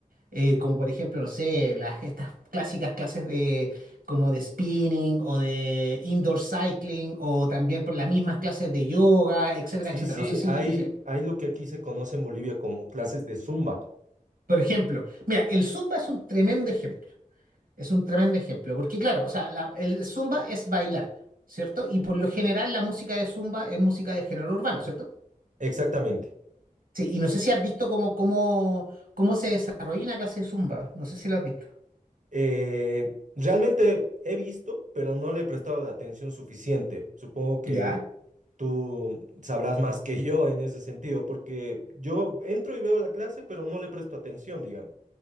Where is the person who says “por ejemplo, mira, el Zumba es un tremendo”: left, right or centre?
Right